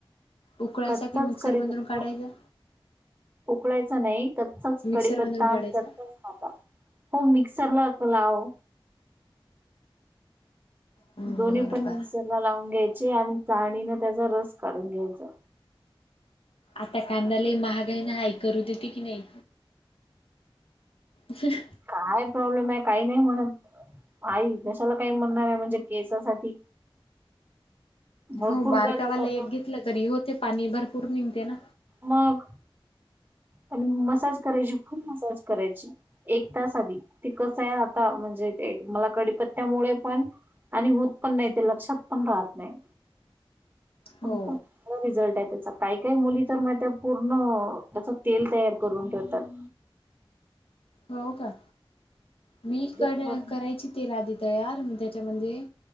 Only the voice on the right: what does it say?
कच्चाच,
कडीपता.
उकळायचा नाही. कच्चाच
कडीपत्ता
आणि कच्चाच कांदा. हो, मिक्सरलाच लाव.
दोन्ही पण
मिक्सरला लावून घ्यायचे. आणि चाळणीन त्याचा रस काढून घ्यायचा.
काय प्रॉब्लेमय, काही नाही म्हणत. आई, कशाला काही म्हणणारय. म्हणजे केसासाठी. भरपूर
करतात आपण
मग, आणि मसाज करायची. फुल मसाज करायची. एक तास आधी. ते कसंय आता. म्हणजे ते मला कडीपत्त्यामुळे पण आणि होत पण नाही. ते लक्षात पण राहत नाही.
आणि खूप <unintelligible> रिझल्टय त्याचा. काय - काय मुली तर मग त्या पूर्ण, त्याच तेल तयार करून ठेवतात.
ते
पण